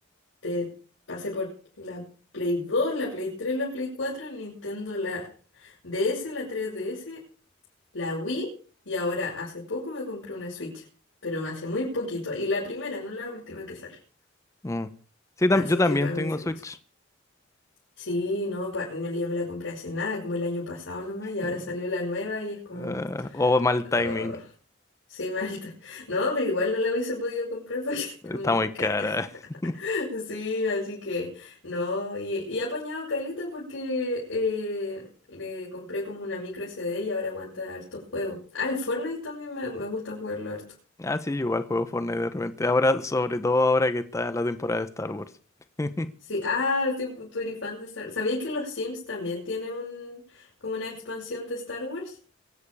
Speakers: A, on the left; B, on the left.
A: te pasé por la Play 2, la Play 3, la Play 4, Nintendo, la DS, la 3DS la Wii y ahora hace poco me compré una Switch, pero hace muy poquito. Y la primera, no la última que sale.
B: Mm. Sí, tam-
A: Así
B: yo también
A: que para
B: tengo
A: mí se
B: Switch.
A: como... Sí, no, pa- me, yo me la compré hace nada, como el año pasado nomás, y ahora
B: Eh,
A: salió la nueva y es como...
B: ah, o mal timing,
A: "Ugh, sí, malta. <laughs> No, pero igual no la hubiese podido comprar porque <laughs> está
B: está
A: muy
B: muy cara.
A: cara. <laughs>
B: <laughs>
A: Sí, así que no, y, y he apañado caleta porque eh, le compré como una micro SD y ahora aguanta harto juego Ah, el Fortnite también me, me gusta jugarlo harto.
B: Ah, sí, igual juego Fortnite de repente. Ahora, sobre todo ahora que está la temporada de Star Wars. <laughs>
A: Sí, ah, tipo, tú eres fan de Star Wars. ¿Sabías que los Sims también tienen un, como una expansión de Star Wars?